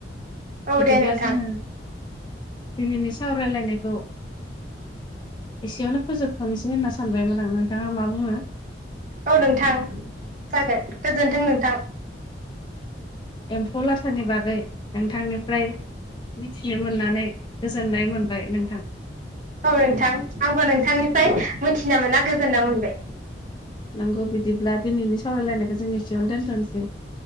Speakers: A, on the right; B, on the left.
A: औ
B: बिदिब्ला
A: दे नोंथां
B: जोङो दिनैनि सावरायलायनायखौ एसेयावनो फोजोबथनोसै होनना सानबायमोन आं नोंथाङा मा बुङो?
A: औ नोंथां। जागोन गोजोन्थों नों थां।
B: एम्फौ लाथानि बागै नोंथांनिफ्राय मिथिनो मोननानै गोजोननाय मोनबाय नोंथां।
A: औ नोंथां आंबो नोंथांनिफ्राय मोनथिना मोना गोजोनना मोनबाय।
B: नगौ बिदिब्ला दिनैनि सावरायलायनायखौ जों एसेयावनो दोनथनोसै।